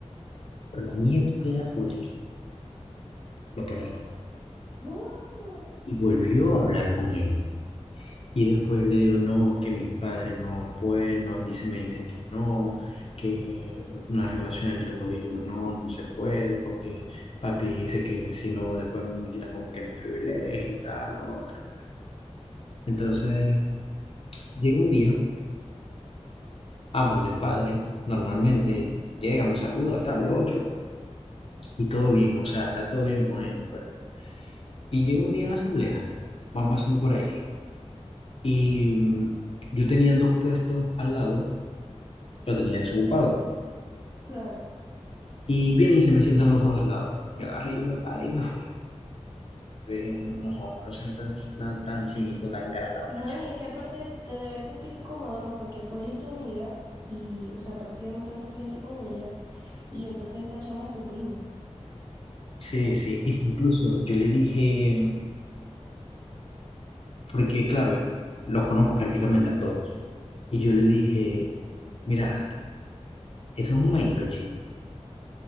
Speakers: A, on the left; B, on the right.
A: Pero la muy estúpida de Foley lo perdonó
B: Mm,
A: y volvió a hablar con él. Y después le digo, no, que mis padres no pueden, no, dice me dicen que no, que una relación entre vos y yo no, no se puede, porque papi dice que si no, después me quitan como que mis privilegios, tal, lo otro. Entonces, llega un día, ah, porque el padre normalmente llega, me saluda, tal, lo otro, y todo bien, o sea, era todo bien con ellos, pues. Y llega un día en la asamblea, van pasando por ahí, y mm, yo tenía dos puestos al lado, lo tenía desocupado.
B: Claro.
A: Y viene y se me sientan los dos al lado. Y agarré, yo me paré y me fui. Eh, no, hombre, no sean tan, tan, tan cínico, tan cara la
B: No,
A: bacha.
B: y es que aparte te debéis sentir incómodo, ¿no? Porque Foley es tu amiga y, o sea, prácticamente vos te criaste con ella y entonces esta chama es tu prima.
A: Sí, sí, e incluso yo le dije, porque claro, los conozco prácticamente a todos, y yo le dije, mira, eso es un maito, chico.